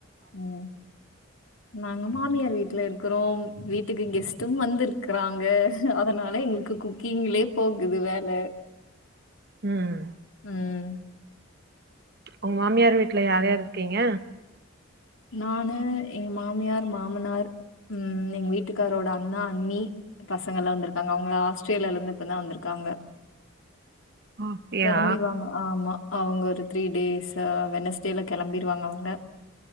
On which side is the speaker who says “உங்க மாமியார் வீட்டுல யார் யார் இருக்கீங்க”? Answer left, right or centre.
Right